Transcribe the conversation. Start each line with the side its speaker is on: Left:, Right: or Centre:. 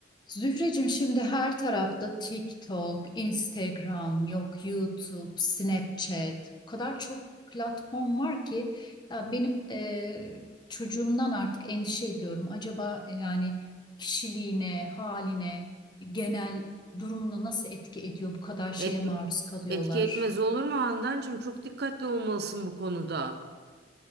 Left: Zühreciğim şimdi her tarafta TikTok, Instagram, yok YouTube, Snapchat. O kadar çok platform var ki ya benim e, çocuğumdan artık endişe ediyorum. Acaba e, yani kişiliğine, haline, genel durumuna nasıl etki ediyor bu kadar şeye
Right: Et,
Left: maruz kalıyorlar?
Right: etki etmez olur mu Handancığım? Çok dikkatli olmalısın bu konuda.